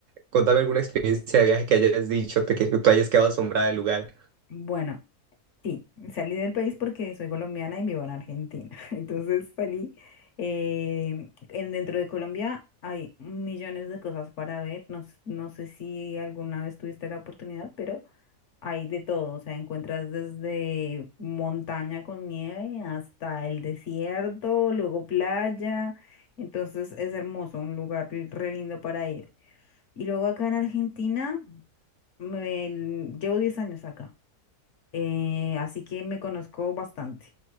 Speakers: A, on the right; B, on the left.
A: Contame alguna experiencia de viaje que hayas dicho, te que tú hayas quedado asombrada del lugar.
B: Bueno, sí, salí del país porque soy colombiana y vivo en Argentina. <laughs> Entonces salí, eh, en, dentro de Colombia hay millones de cosas para ver. No, s- no sé si alguna vez tuviste la oportunidad, pero hay de todo. O sea, encuentras desde montaña con nieve hasta el desierto, luego playa. Entonces es hermoso, un lugar re lindo para ir. Y luego acá en Argentina, me- llevo 10 años acá, eh, así que me conozco bastante.